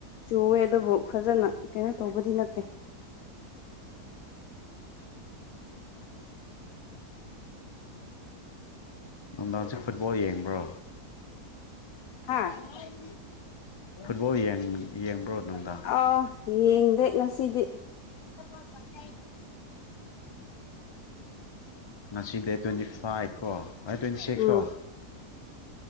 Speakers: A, on the left; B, on the left.
A: ꯆꯨꯋꯦ ꯑꯗꯨꯕꯨ ꯐꯖꯅ ꯀꯩꯅꯣ ꯇꯧꯕꯗꯤ ꯅꯠꯇꯦ
B: <unintelligible> ꯅꯨꯡꯗꯥꯡꯁꯦ ꯐꯨꯠꯕꯣꯜ ꯌꯦꯡꯕ꯭ꯔꯣ
A: ꯍꯥꯥ
B: ꯎ ꯐꯨꯠꯕꯣꯜ ꯌꯦꯡꯕ꯭ꯔꯣ ꯅꯨꯡꯗꯥꯡ
A: ꯑꯥ ꯌꯦꯡꯗꯦ ꯉꯁꯤꯗꯤ
B: <unintelligible> ꯉꯁꯤꯗꯤ ꯇ꯭ꯋꯦꯟꯇꯤ ꯐꯥꯏꯚ ꯀꯣ ꯇ꯭ꯋꯦꯟꯇꯤ ꯁꯤꯛꯁ
A: ꯎꯝ
B: ꯀꯣ